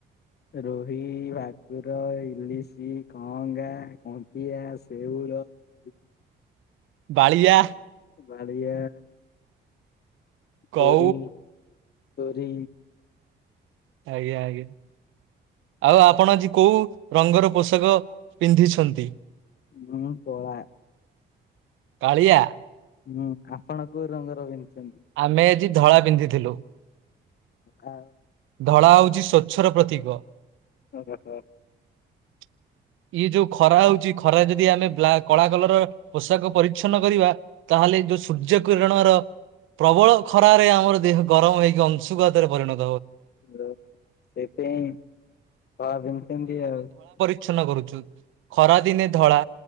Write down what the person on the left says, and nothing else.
ରୋହି, ଭାକୁର, ଇଲିଶି, କହଙ୍ଗା, କଣ୍ଟିଆ, ସେଉ <unintelligible>
ବାଳିଆ।
ତୋରି, ତୋରି
ମୁଁ କଳା
ହୁଁ, ଆପଣ କୋଉ ରଙ୍ଗର ପିନ୍ଧିଛନ୍ତି?
କା
ଓ ହୋ ହୋ
ଓୋ ସେପାଇଁ ବାଦଛନ୍ତି ଆଉ <unintelligible>